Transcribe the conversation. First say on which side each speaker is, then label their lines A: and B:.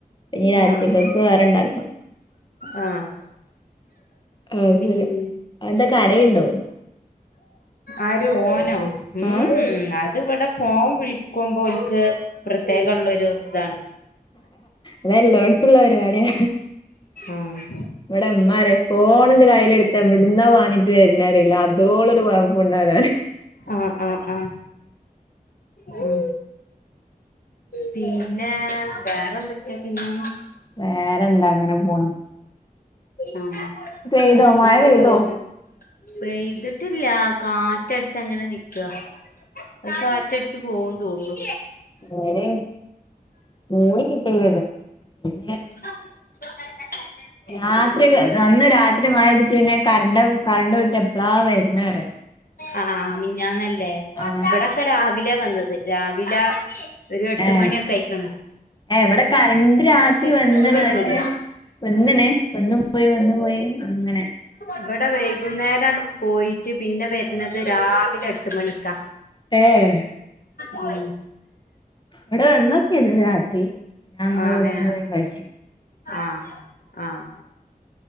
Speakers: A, on the left; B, on the left.
A: ഇനി രാത്രിക്കക്ക്
B: ആഹ്
A: വേറെ ണ്ടാ
B: ആഹ്
A: <unintelligible>
B: പിൻ
A: ല് അന്താ കരയ്ണ്ടോ?
B: ആര് ഓനോ ഉം,
A: ആ
B: ഉം അത് വടെ ഫോൺ വിളിക്കുമ്പൊ ഓൽക്ക് പ്രത്യേകള്ളൊരുതാ.
A: അതെല്ലോട്ത്തുള്ള പരിപാടിയാ
B: ആഹ്
A: വടെ മ്മ റിം ഫോണ്ന്ന് കൈയിലെ തെ എവ്ട്ന്നാ പാഞ്ഞിട്ട് വെര്ണറീല. അതോളൊരു കൊഴപ്പുണ്ടാവൂലാറിം.
B: ആഹ് ആഹ് ആഹ് ആഹ് ഉം പിന്നേ വേറെന്തൊക്കെ പിന്നെ?
A: വേറെന്താ ങ്ങനെ പോണ്.
B: ആഹ്
A: പെയ്തോ
B: ഹസ്ബൻ്റൊക്കെ
A: മഴ പെയ്തോ
B: വെര്ന് പെയ്ത് ട്ടില്ലാ കാറ്റട്ച്ചങ്ങനെ നിക്കാ അത് കാറ്റട്ച്ച് പോവും തോന്ന്ണു.
A: വേടിം മൂടിക്കെട്ടിയൊക്കെ ചെയ്ത് ണ് പിന്നെ
B: <inaudible>
A: രാത്രിക്കെ ന്നന്ന രാത്രി മഴെയ്തിട്ട് പിന്നെ കറണ്ട് കറണ്ട് പോയിട്ട് എപ്പളാ വെര്ണറ്യോ
B: അഹ് ആഹ് മിഞ്ഞാന്നല്ലേ
A: ആ
B: ഇവടൊക്കെ രാവിലേ വന്നത് രാവിലാ ഒരു എട്ട്
A: ഏ
B: മണിയൊക്കെ അയ്ക്ക്ണ്
A: ഏ ഇവടെ കരണ്ട് രാത്രി വന്ന്ണ്
B: ചൂടൊന്നുല്ല
A: പക്ഷെ വന്ന്ണ് വന്നും പോയും വന്ന് പോയിം അങ്ങനെ
B: ഇവടെ വൈകുന്നേരാണ്ട് പോയിറ്റ് പിന്നെ വെര്ണത് രാവിലെ എട്ട് മണിക്കാ
A: ഏഹ്
B: ഉം
A: ഇവിടെ വന്നൊക്കെയ്ത്ണ് രാത്രി അങ്ങനെ
B: ആഹ്
A: വന്നും
B: ഏഹ്
A: പോയും കൾച്ച
B: ആഹ് ആഹ്